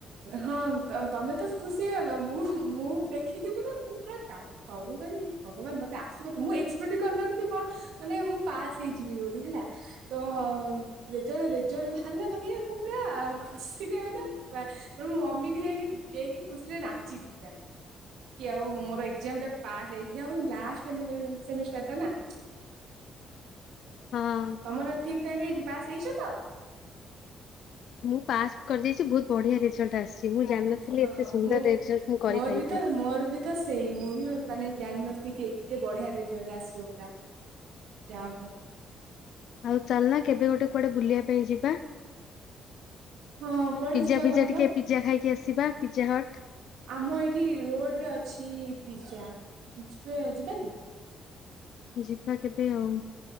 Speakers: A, on the right; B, on the left.
A: ହଁ ତୋ ତୋମେ ତ ଖୁସି ହେଇଗଲ। ମୁଁ ମୁଁ ଦେଖିକି ପୁରା ମୁଁ ପୁରା ତା ହଉ ମୁଁ କଇଲି ଭଗବାନ ମୋତେ ଆସିବ ତ ମୁଁ ଏକ୍ସପେକ୍ଟ କରିନଥିଲି ମୋର ମାନେ ମୁଁ ପାସ୍ ହେଇଯିବି ବୋଲି ହେଲା। ତ ଯେତେବେଳେ ରେଜଲ୍ଟ ଭାଲା ମାନେ ମୁଁ ନା ଆଉ ଖୁସିରେ ମାନେ ମା- <unintelligible> ମମିକୁ ଯାଇକି ଦେଇକି ଖୁସିରେ ନାଚିଲି ପୁରା। କି ଆଉ ମୋର ଏକ୍ଜାମ୍ ଟା ପାସ୍ ହେଇଯାଉ ଲାଷ୍ଟ ମୁଁ <unintelligible> ସେମିଷ୍ଟାର ଟା ନା।
B: ହଁ
A: ତୋମର ଠିକ ଠାକ ହେଇଛି ପାସ୍ ହେଇଛ ତ?
B: ମୁଁ ପାସ୍ କରିଯାଇଚି, ବହୁତ ବଢିଆ ରେଜଲ୍ଟ ଟା ଆସିଛି, ମୁଁ ଜାଣନଥିଲି
A: ହଁ
B: ଏତେ ସୁନ୍ଦର
A: ମୁଁ
B: ରେଜଲ୍ଟ ମୁଁ କରିପାରିବି
A: ମୋର ବି ତ
B: ବୋଲି।
A: ମୋର ବି ତ ସେଇ ମୁଁ ବି ମାନେ ଜାଣିନଥିଲି କି ଏତେ ବଢିଆ ରେଜଲ୍ଟ ଆସିବ ପୁରା। ଯା ହଉ।
B: ଆଉ ଚାଲୁନ କେବେ ଗୋଟେ କୁଆଡେ ବୁଲିବା ପାଇଁ ଯିବା।
A: ହଁ କୁଆଡେ
B: ପିଜା
A: ଯିବା
B: ଫିଜା
A: କହିଲ
B: ଟିକେ ପିଜା ଖାଇକି ଆସିବା, ପିଜା ହଟ୍।
A: ଆମ ଏଇଠି ରୋଡ୍ ରେ ଅଛି ପିଜା ଯିବେ ଯିବା କି?
B: ଯିବା କେବେ ଆଉ।